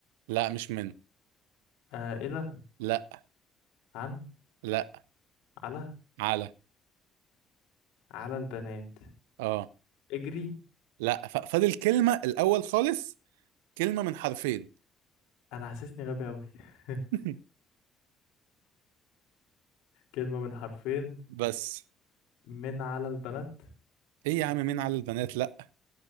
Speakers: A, on the right; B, on the left.
A: لا مش من
B: آه إلى
A: لا
B: عن
A: لا
B: على
A: على
B: على البنات
A: اه
B: اجري
A: لا ف- فاضل كلمة الأول خالص كلمة من حرفين
B: انا حاسسني غبي قوي <laughs>
A: <laughs>
B: كلمة من حرفين
A: بس
B: من على البنات
A: إيه يا عم مين على البنات لا